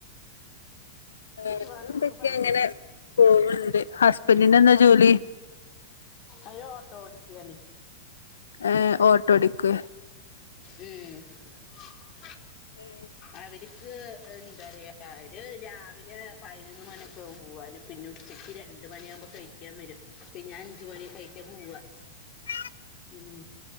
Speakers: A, on the left (about 85°); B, on the left (about 40°).
A: വേറെന്തൊക്കയാ
B: വേണംന്നൊക്കെ പറയാണ്
A: ഇങ്ങനെ പോവ്ണ്ട് ഹസ്ബൻഡിനെന്താ?
B: ഉം
A: ജോലി?
B: അയ്യോ ഓട്ടോ ഓടിക്കയാണി.
A: ഏഹ് ഓട്ടോഓടിക്ക്യേ.
B: ഉം <unintelligible>
A: ഉം
B: അര്ക്ക് എന്താറയാ അവര് രാവിലെ പതിനൊന്ന് മണി പോവാന് പിന്നെ ഉച്ചക്ക് രണ്ടമണിയാകുമ്പോ കഴിക്കാൻ വരും പിന്നെ അഞ്ച മണിയൊക്കെ കയിഞ്ഞിട്ടെ പോവാ.
A: <unintelligible>
B: ഉം